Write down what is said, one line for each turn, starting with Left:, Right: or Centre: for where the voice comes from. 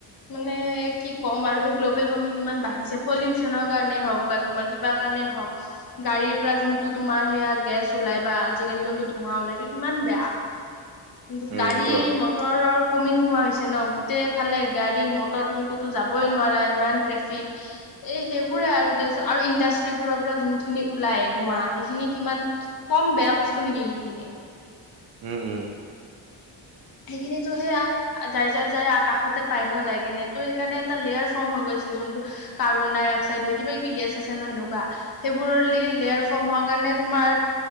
Left: মানে কি কম আৰু গ্ল'বেল ওৱামিং ইমান বাঢ়িছে পলিঅউচন কাৰণে। কাৰণে হক বা তোমাৰ কিবা কাৰণে হক গাড়ীৰ পৰা যোনটো তোমাৰ হেয়া গেছ ওলায় বা। আজিকালি জোনটো ধোঁৱা ওলাইতো কিমান বেয়া। কিন্তু,
Right: উম
Left: গাড়ী
Right: সেইটো হয়
Left: মটৰৰ কমি নোহোৱা হৈছে। জান, গোটেই ফালে গাড়ী মটৰ। তুমি ক'তো যাবই নোৱাৰা ইমান ট্ৰেফিক, এই সেইবোৰ। আৰু দিয়াচোন আৰু ইণ্ডাষ্ট্ৰিবোৰৰ পৰা যোনখিনি ওলাই ধোৱা, সেইখিনি কিমান কম বেয়া বস্তু নে। বস্তু নিকি সেইখিনি।
Right: উম্ উম্।
Left: সেইখিনিতো সেয়াই, যাই যাই যাই আকাশতে পায় ন, যাই কিনে ত সেইকাৰণে এটা লেয়াৰ ফৰ্ম হৈ গৈছে। যোনটো কাৰ্বন ডাই অক্সাইড হয়, কিবা কিবি গেছ আছে ন সেনেকুৱা। সেইবোৰ লেয়াৰ ফৰ্ম হোৱাৰ কাৰণ। নে তোমাৰ